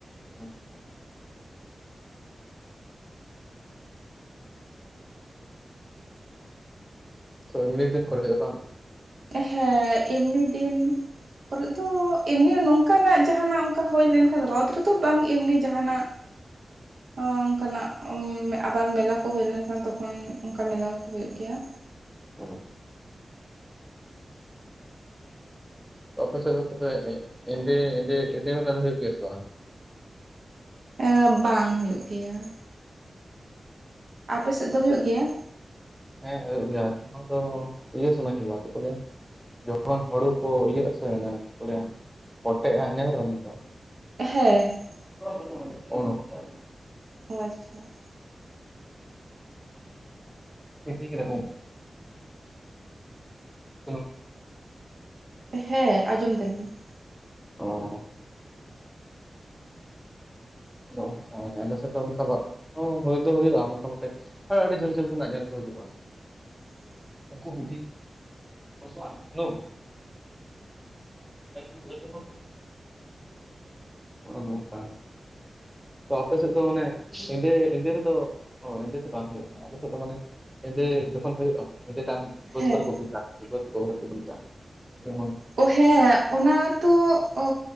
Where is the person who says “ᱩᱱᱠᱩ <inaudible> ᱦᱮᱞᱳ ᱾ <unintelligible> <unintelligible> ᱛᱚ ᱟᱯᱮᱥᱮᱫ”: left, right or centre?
Centre